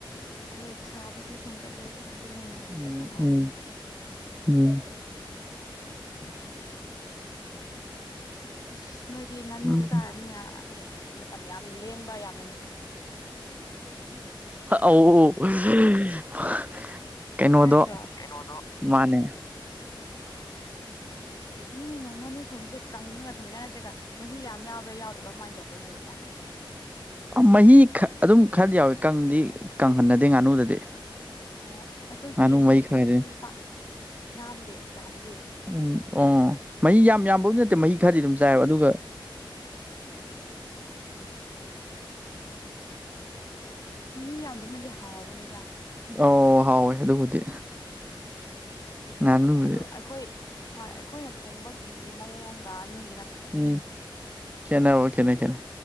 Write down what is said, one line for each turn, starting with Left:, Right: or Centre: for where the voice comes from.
Left: ꯍꯣꯏ ꯁꯥꯕꯗꯤ ꯍꯤꯡꯒꯠꯂꯦ ꯍꯧꯖꯤꯛ ꯍꯦꯜꯀꯠꯄ
Right: ꯎꯝ
Left: ꯃꯥꯂꯦ
Right: ꯎꯝ ꯎꯝ
Left: ꯎ <inaudible> ꯏꯁ ꯅꯣꯏꯗꯤ ꯉꯥꯅꯨ
Right: ꯎꯝ
Left: ꯆꯥꯔꯕꯅꯤꯅ ꯉꯁꯤꯗꯤ ꯃꯇꯝ ꯌꯥꯝꯅ ꯂꯦꯟꯕ ꯌꯥꯝ
Right: ꯑ <unintelligible> ꯀꯩꯅꯣꯗꯣ
Left: ꯅꯠꯇ꯭ꯔꯣ ꯀꯩꯅꯣꯗꯣ
Right: ꯃꯥꯅꯦ
Left: ꯅꯣꯏꯅ ꯉꯥꯅꯨ ꯊꯣꯡꯉꯤꯁꯦ ꯀꯪꯉꯒ ꯊꯣꯡꯉꯤꯔ ꯅꯠꯇ꯭ꯔꯒ ꯃꯍꯤ ꯌꯥꯝ ꯌꯥꯎꯕ꯭ꯔꯥ ꯌꯥꯎꯗꯕ꯭ꯔꯥ ꯀꯃꯥꯏꯅ ꯇꯧꯕ꯭ꯔꯥ ꯅꯣꯏꯒꯤꯅ <inaudible>
Right: ꯃꯍꯤ ꯑꯗꯨꯝ ꯈꯔꯗꯤ ꯌꯥꯎꯋꯦ ꯀꯪꯗꯤ ꯀꯪꯍꯟꯅꯗꯦ ꯉꯥꯅꯨꯗꯗꯤ
Left: ꯑꯣ ꯑꯩꯈꯣꯏꯗꯤ
Right: ꯉꯥꯅꯨ ꯈꯔꯗꯤ
Left: ꯃꯍꯤ ꯄꯥꯛ ꯌꯥꯝꯗꯦ ꯌꯥꯝꯗꯦ
Right: ꯎꯝ ꯑꯣ ꯃꯍꯤ ꯌꯥꯝ ꯌꯥꯝꯕꯕꯨꯗꯤ ꯅꯠꯇꯦ ꯃꯍꯤ ꯈꯔꯗꯤ ꯑꯗꯨꯝ ꯆꯥꯏꯑꯕ ꯑꯗꯨꯒ
Left: ꯃꯍꯤ ꯌꯥꯝꯟꯗꯕꯅꯗꯤ ꯍꯥꯎꯕꯅꯦꯗ
Right: ꯑꯣ ꯍꯥꯎꯋꯦ ꯑꯗꯨꯕꯨꯗꯤ ꯉꯥꯅꯨꯗꯤ
Left: ꯑ ꯑꯩꯈꯣꯏ ꯍꯣꯏ ꯑꯩꯈꯣꯏꯅ ꯊꯣꯡꯕꯒꯤ ꯃꯑꯣꯡꯒ ꯅꯣꯏ
Right: ꯎꯝ ꯈꯦꯅꯕ ꯈꯦꯅꯩ ꯈꯦꯠꯅꯩ